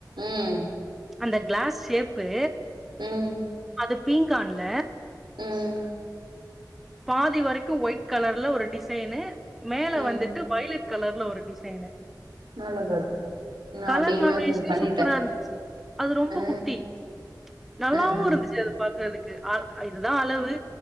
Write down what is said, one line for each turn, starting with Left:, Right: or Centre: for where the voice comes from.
Right: ம்
Centre: அந்த கிளாஸ் ஷேப்பு
Right: உம்
Centre: இந்த பீங்கான்ல
Right: உம்
Centre: பாதி வரைக்கு ஒயிட் கலர்ல ஒரு டிசைனு மேல
Right: ம்
Centre: வந்துட்டு வயிலெட் கலர்ல ஒரு டிசைனு
Right: நல்லதா இருக்கு நா
Centre: கலர்
Right: அப்டி
Centre: காம்பினேஷனே
Right: இமேஜின் பண்ணிட்டே
Centre: சூப்பரா இருந்துச்சு அது ரொம்ப
Right: ஆ
Centre: குட்டி நல்லாவு
Right: ஆ ஆ
Centre: இருந்துச்சு அது பாக்குறதுக்கு அ இதுதா அளவு